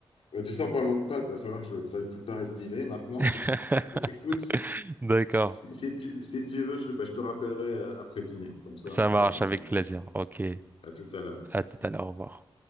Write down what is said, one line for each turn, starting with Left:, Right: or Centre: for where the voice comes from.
Left: Bah, tu sais, en parlant de pâtes, il va falloir que je j'aille préparer le dîner maintenant.
Right: <laughs>
Left: <laughs> Donc, Écoute,
Right: D'accord.
Left: si, si tu, si tu veux, je, bah, je te rappellerai euh, après le dîner. Comme ça,
Right: Ça
Left: on pourra
Right: marche
Left: continuer.
Right: avec plaisir. Ok.
Left: À tout à l'heure.
Right: À tout à l'heure. Au revoir.